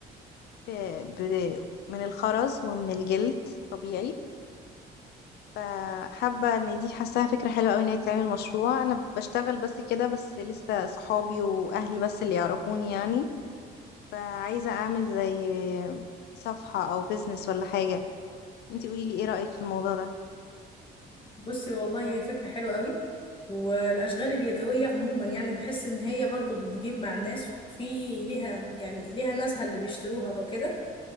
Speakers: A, on the left; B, on the left.
A: ب... ب... من الخرز ومن الجلد طبيعي فحابة ان دي حاساها فكرة حلوة اوي ان هي تعمل مشروع أنا بشتغل بس كده بس لسه صحابي وأهلي بس اللي يعرفوني يعني فعايزة أعمل زي صفحة أو بيزنس ولا حاجة انتي قوليلي ايه رأيك في الموضوع ده
B: بصي والله هي فكره حلوه قوي والاشغال اليدويه عموما يعني بحس ان هي برضو بتجيب مع الناس في ليها يعني ليها ناسها اللي بيشتروها وكده